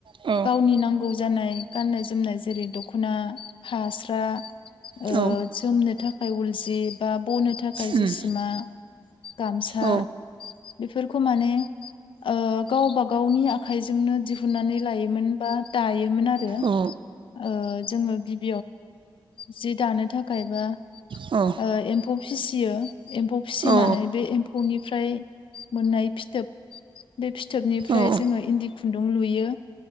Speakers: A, on the right; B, on the left.
A: औ
B: गावनि नांगौ जानाय गाननाय जोमनाय जेरै दखना फास्रा ओ
A: औ
B: जोमनो थाखाय उल जि बा बनो थाखाय
A: उम
B: जेसिमा गामसा
A: औ
B: बेफोरखौ माने ओ गावबा गावनि आखाइजोंनो दिहुन्नानै लायोमोन बा दायोमोन आरो
A: औ
B: ओ जोङो गिब जि दानो थाखाय बा
A: औ
B: ओ एम्फौ फिसियो एम्फौ फिसिनानै
A: औ
B: बे एम्फौ फौनिफ्राय मोननाय फिथोब बे फिथोबनिफ्राय
A: औ
B: जोङो इन्दि खुन्दुं लुयो।